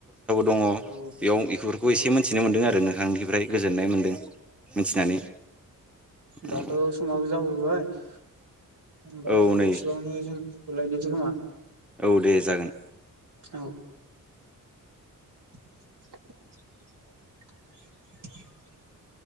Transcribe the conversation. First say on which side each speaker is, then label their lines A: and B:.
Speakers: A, in the centre; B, on the right.
A: दङ
B: औ
A: बेयाव इफोरखौस
B: औ
A: जसे मिथिनो मोन्दों आरो नोंथांनिफ्राय गोजोननाय मोन्दों मिथिनानै
B: दाथ'
A: औ
B: समाव जाबोबाय होनबा
A: औ
B: एसेयावनो
A: नै
B: जों बुलायदोंसो खोमा?
A: औ दे जागोन।
B: औ <inaudible> <inaudible>